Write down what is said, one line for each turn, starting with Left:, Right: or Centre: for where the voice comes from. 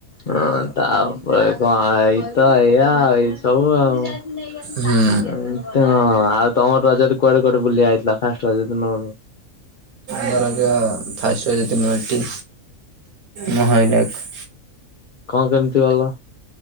Left: ହଁ ତାପରେ କଣ ହେଇଚି ତ ଏଇଆ ଏଇ ସବୁ ଆଉ। ହଁ
Right: ହୁଁ
Left: ହେଇତ ଆଉ ତମର ରଜ ରେ କୁଆଡେ କୁଆଡେ ବୁଲିବାକୁ ଯାଇଥିଲ ଫାଷ୍ଟ ରଜ ଦିନ?
Right: ଫାଷ୍ଟରଜ ଫାଷ୍ଟ ରଜ ଦିନ ଏଠି ମହାବିନାୟକ।
Left: କଣ କେମିତି ଗଲ?